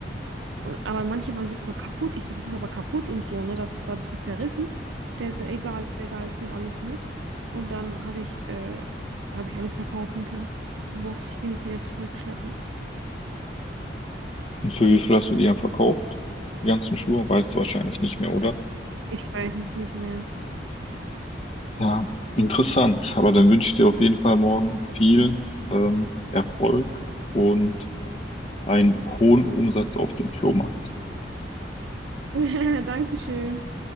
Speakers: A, on the right; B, on the left.
A: Und, aber manche waren sogar kaputt. Ich so, das ist aber kaputt und so, ne? Das ist da ein bisschen zerrissen. Der so, egal, egal, ich nehme alles mit. Und dann habe ich, äh, habe ich alles verkaufen können. Dann brauchte ich die nicht wieder zurückschleppen.
B: Und für wie viel hast du die dann verkauft? Die ganzen Schuhe? Weißt du wahrscheinlich nicht mehr, oder?
A: Ich weiß es nicht mehr.
B: Ja, interessant. Aber dann wünsche ich dir auf jeden Fall morgen viel ähm, Erfolg und einen hohen Umsatz auf dem Flohmarkt.
A: <laughs> Dankeschön.